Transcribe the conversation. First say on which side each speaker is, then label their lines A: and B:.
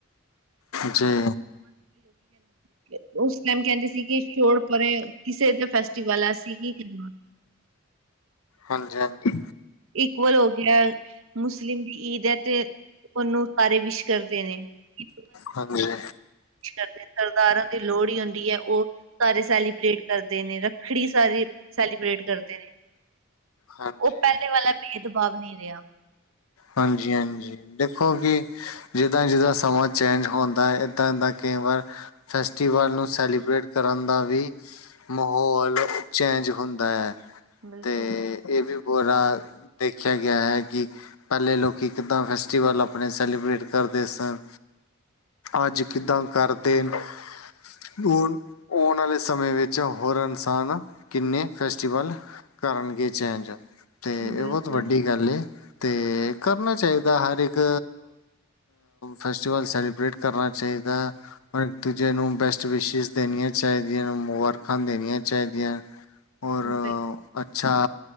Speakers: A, on the left; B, on the right.
A: ਜੀ
B: <unintelligible> ਉਸ ਟੈਮ ਕਹਿੰਦੇ ਸੀ ਕਿ ਛੋੜ ਪਰੇ ਕਿਸੇ ਦਾ ਫੈਸਟੀਵਲ ਹੈ ਅਸੀ ਕੀ ਕਰਨਾ?
A: ਹਾਂਜੀ-ਹਾਂਜੀ।
B: ਇਕਵਲ ਹੋ ਗਿਆ ਮੁਸਲਿਮ ਈਦ ਹੈ ਤੇ ਉਵਾਨੂੰ ਸਾਰੇ ਵਿਸ਼ ਕਰਦੇ ਨੇ <unintelligible> ਕੀ
A: ਹਾਂਜੀ
B: ਕਰਦੇ ਸਰਦਾਰਾ ਦੀ ਲੋਹੜੀ ਹੁੰਦੀ ਹੈ ਉਹ ਸਾਰੇ ਸੈਲੀਬ੍ਰੇਟ ਕਰਦੇ ਨੇ ਰੱਖੜੀ ਸਾਰੇ ਸੈਲੀਬ੍ਰੇਟ ਕਰਦੇ ਨੇ।
A: ਹਾਂਜੀ,
B: ਉਹ ਪਹਿਲੇ ਵਾਲਾ ਭੇਦਭਾਵ ਨਹੀਂ ਰਿਹਾ
A: ਹਾਂਜੀ-ਹਾਂਜੀ। ਦੇਖੋ ਕਿ ਜਿੱਦਾਂ-ਜਿੱਦਾਂ ਸਮਾਂ ਚੇਂਜ ਹੁੰਦਾ ਹੈ ਏਦਾਂ-ਏਦਾਂ ਕਈ ਵਾਰ ਫੈਸਟੀਵਲ ਨੂੰ ਸੈਲੀਬ੍ਰੇਟ ਕਰਨ ਦਾ ਵੀ ਮਾਹੌਲ, ਓਹ ਚੇਂਜ ਹੁੰਦਾ ਹੈ।
B: ਬਿਲਕੁਲ।
A: ਤੇ ਇਹ ਵੀ ਬੁਰਾ ਦੇਖਿਆ ਗਿਆ ਹੈ ਕਿ ਪਹਲੇ ਲੋਕੀ ਕਿੱਦਾਂ ਫੈਸਟਟੀਵਲ ਆਪਣੇ ਸੈਲੀਬ੍ਰੇਟ ਕਰਦੇ ਸਨ ਅੱਜ ਕਿੱਦਾਂ ਕਰਦੇਨ <unintelligible> ਆਉਣ ਵਾਲੇ ਸਮੇਂ ਵਿੱਚ ਹੋਰ ਇਨਸਾਨ ਕਿੰਨੇ ਫੈਸਟੀਵਲ ਕਰਨ ਗੇ ਚੇਂਜ ਤੇ ਇਹ
B: ਬਿਲਕੁਲ
A: ਬਹੁਤ ਵੱਡੀ ਗੱਲ ਏ। ਤੇ ਕਰਨਾ ਚਾਹੀਦਾ ਹਰ ਇੱਕ ਫੈਸਟਟੀਵਲ ਸੈਲੀਬ੍ਰੇਟ ਕਰਨਾ <unintelligible> ਜਿਹਨੂੰ ਬੈਸਟ ਵਿਸ਼ੀਸ ਦੇਣੀਆਂ ਚਾਹੀਦੀਆਂ ਮੁਬਾਰਖਾਂ ਦੇਣੀਆਂ ਚਾਹੀਦੀਆਂ ਔਰ
B: ਬ <inaudible>
A: ਅੱਛਾ